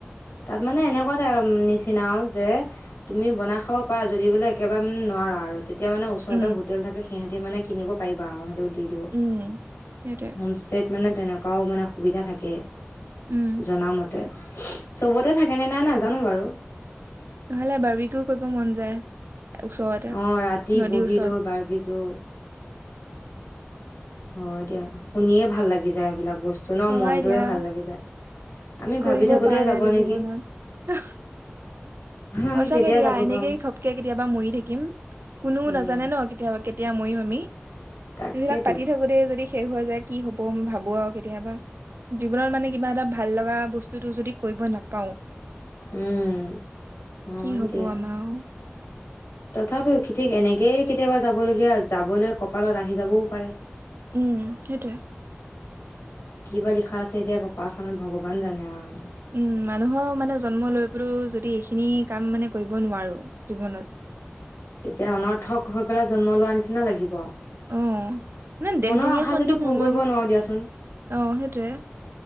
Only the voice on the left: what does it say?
তাত মানে এনেকুৱা টা নিচিনাও যে তুমি বনাই খাব পাৰা, যদি বোলে একেবাৰে মানে নোৱাৰা আৰু তেতিয়া মানে ওচৰতে
হোটেল থাকে, সিহঁতি মানে কিনিব পাৰিবা আও, সেইটো দি দিব।
হোম ষ্টেত মানে তেনেকুৱাও মানে সুবিধা থাকেই।
জনা মতে, চবতে থাকেনে নাই নাজানোঁ বাৰু
অ', ৰাতি
বহি
লৈ বাৰ্বিটোও হয় দিয়া, শুনিয়ে ভাল লাগি যায় এইবিলাক বস্তু ন,
মনটোযৱে
ভাল লাগি যায়। আমি
ভাবি থাকোতে
যাব
নেকি
আমি
কেতিয়া
যাব
পাম
উম
তাকেতো
উম হয়
দিয়া
তথাপিও কি ঠিক এনেকেই কেতিয়াবা যাব লগীয়া, যাবলৈ কপালত আহি যাবও পাৰে!
কি বা লিখা আছে এতিয়া কপাল খনত ভগৱান জানে আৰু।
তেতিয়া অনৰ্থক হৈ পেলাই জন্ম লোৱাৰ নিচিনা লাগিব।
মনৰ
আশা যদি
পূৰ কৰিব নোৱাৰো দিয়াচোন।